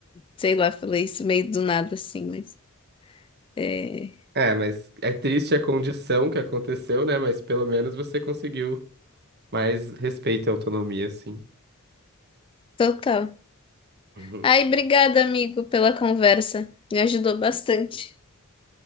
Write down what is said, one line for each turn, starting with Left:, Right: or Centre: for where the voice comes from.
Left: Sei lá, falei isso meio do nada assim, mas é
Right: É, mas é triste a condição que aconteceu, né? Mas pelo menos você conseguiu mais respeito e autonomia, assim.
Left: total.
Right: <laughs>
Left: Ai, obrigada, amigo, pela conversa. Me ajudou bastante.